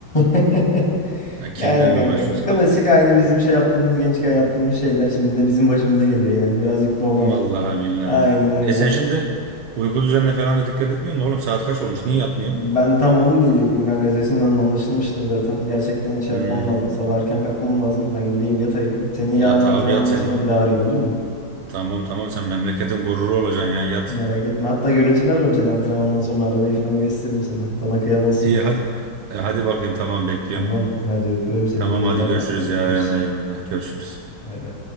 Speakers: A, on the left; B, on the right.
A: <laughs>
B: Ya kimlerle
A: Yani kankam
B: uğraşıyoruz
A: klasik
B: kanka ya.
A: aynı bizim şey yaptığımız gençken yaptığımız şeyler şimdi de bizim başımıza geliyor yani birazcık normal.
B: Vallahi billahi.
A: Aynen
B: ya.
A: öyle.
B: E sen şimdi uyku düzenine falan da dikkat etmiyor musun? Oğlum saat kaç olmuş? Niye yatmıyorsun?
A: Ben tam onu diyecektim kanka sesimden de anlaşılmıştır zaten. Gerçekten şey
B: Hmm,
A: yapmam lazım sabah erken kalkmam lazım. Ben gideyim yatayım. Seni yarın
B: yat
A: antrenmandan
B: abi yat sen.
A: sonra bir daha arayayım olur mu?
B: Tamam tamam sen memleketin gururu olacaksın ya yat.
A: Merak etme. Hatta görüntüler ararım seni antrenmandan sonra arabayı falan gösteririm sana. Sana kıyamazsın
B: İyi
A: bu.
B: hadi. E, hadi bakayım tamam bekliyorum.
A: Tamam hadi öpüyorum seni
B: Tamam
A: iyi geceler
B: hadi görüşürüz
A: kankam görüşürüz.
B: yarın eyvallah görüşürüz.
A: Bay bay.